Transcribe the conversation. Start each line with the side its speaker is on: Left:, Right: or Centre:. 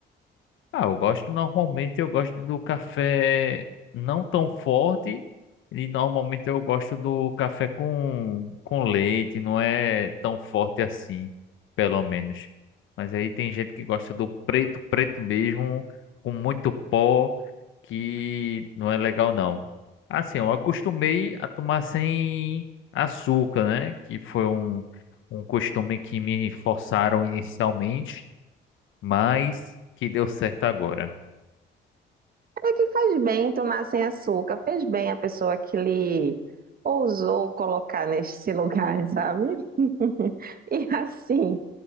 Left: Ah, eu gosto normalmente, eu gosto do café não tão forte e normalmente eu gosto do café com, com leite, não é tão forte assim, pelo menos. Mas aí tem gente que gosta do preto, preto mesmo, com muito pó, que não é legal não. Assim, eu acostumei a tomar sem açúcar, né? Que foi um, um costume que me forçaram inicialmente, mas que deu certo agora.
Right: É que faz bem tomar sem açúcar, fez bem a pessoa que lhe ousou colocar nesse lugar, sabe? <laughs> E assim,